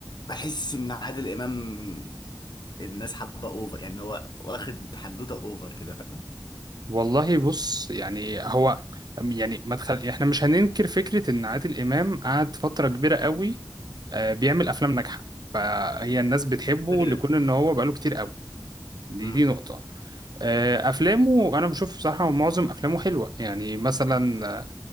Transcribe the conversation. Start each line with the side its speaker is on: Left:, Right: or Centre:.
Left: بحس ان عادل امام الناس حابه اوفر يعني هو واخد حدوته اوفر كده فاهم
Right: والله بص يعني هو يعني ما تخل... يعني احنا مش هننكر فكرة ان عادل امام قعد فترة كبيرة قوي آه، بيعمل افلام ناجحة فهي الناس بتحبه
Left: كده كده
Right: لكون ان هو بقاله كتير قوي دي
Left: امم
Right: دي نقطة آه، افلامه انا بشوف بصراحة معظم افلامه حلوة يعني مثلا